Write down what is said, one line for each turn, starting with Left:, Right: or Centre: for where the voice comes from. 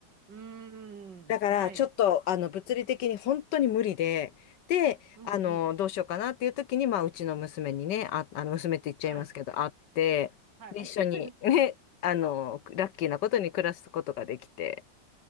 Right: うーん。
Left: だからちょっとあの物理的に本当に無理で、
Right: はい。
Left: で、
Right: うんうん。
Left: あの、どうしようかなっていう時に、まあうちの娘にね、あ、あの娘って言っちゃいますけど、
Right: はい。
Left: 会って、
Right: はい。
Left: で一緒にね、
Right: <laughs>
Left: あの、ラッキーなことに暮らすことができて、